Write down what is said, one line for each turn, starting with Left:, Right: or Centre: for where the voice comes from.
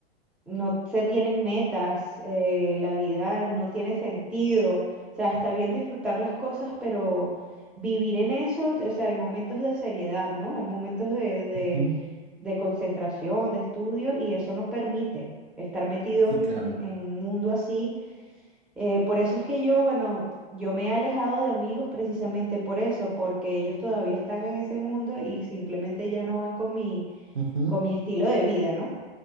Centre: no se tienen metas, eh, la vida no tiene sentido. O sea, está bien disfrutar las cosas, pero vivir en eso, o sea, hay momentos de seriedad, ¿no? Hay momentos de, de
Right: ujú,
Centre: de concentración, de estudio, y eso no permite estar metido
Right: Sí,
Centre: en, un
Right: claro.
Centre: en un mundo así. Eh, por eso es que yo, bueno, yo me he alejado de amigos precisamente por eso, porque ellos todavía están en ese mundo y simplemente ya no van con mi,
Right: ujú,
Centre: con mi estilo de vida, ¿no?